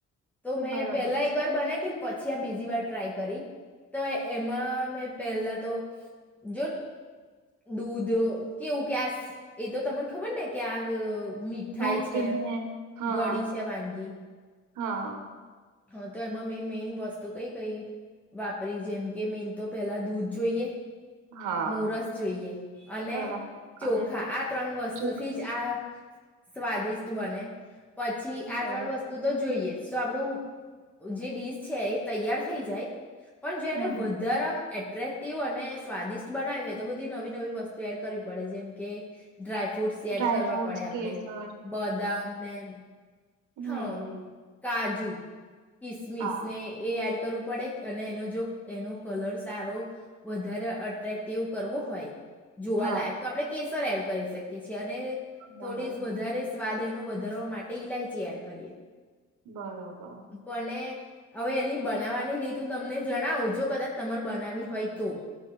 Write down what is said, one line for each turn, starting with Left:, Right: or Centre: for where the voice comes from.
Centre: તો મેં
Right: બરાબર
Centre: પેલા એક વાર બનાઈ તી ન પ છી આ બીજી વાર ટ્રાય કરી. તો એમાં મેં પહેલા તો જોડ દૂધ કેવું કેસ એ તો તમને ખબર ને કે આ. મીઠાઈ
Right: દૂધને
Centre: છે, એમ
Right: હા
Centre: ગળી છે વાનગી.
Right: હા
Centre: હા તો એમાં મેં મેન વસ્તુ કઈ-કઈ વાપરી જેમકે મેન તો પહેલા દૂધ જોઈએ
Right: હા.
Centre: મોરસ જોઈએ, અને
Right: બરાબર
Centre: ચોખા
Right: અને
Centre: આ ત્રણ વસ્તુથી
Right: ચોખા
Centre: જ આ સ્વા વાદિષ્ટ બને. પછી આ
Right: બરોબર
Centre: ત્રણ વસ્તુ તો જોઈએ જ. સો આપણું જે ડીશ છે એ તૈયાર થઈ જાય પણ જ્યારે
Right: હમ
Centre: વધારા એટ્રેક્ટિવ અને સ્વાદિષ્ટ બનાવી હોય તો બધી નવી-નવી વસ્તુ એડ કરવી પડે જેમ કે ડ્રાયફ્રૂટસ
Right: ડ્રાય
Centre: એડ કરવા
Right: ફ્રૂટસ
Centre: પડે આપડે,
Right: કેસર
Centre: બદામ બેમ.
Right: હમ
Centre: હા કાજુ. કિસમિસને
Right: હા
Centre: એ એડ કરવું પડે એનો જો એનો કલર સારો વધારે અટક્ટિવ કરવો હોય. જોવા
Right: હા
Centre: લાયક તો આપડે કે <unintelligible> ર એડ કરી શ એ છ્યાને
Right: બરાબર
Centre: થોડીસ વધારે સ્વાદ એનું વધારવા માટે ઇલાયચી એડ કરીએ.
Right: બરોબર.
Centre: પણ એ હવે એની બનાવવાની રીત હું તમને જણાવું જો કદાચ તમારે બનાવી હોય તો.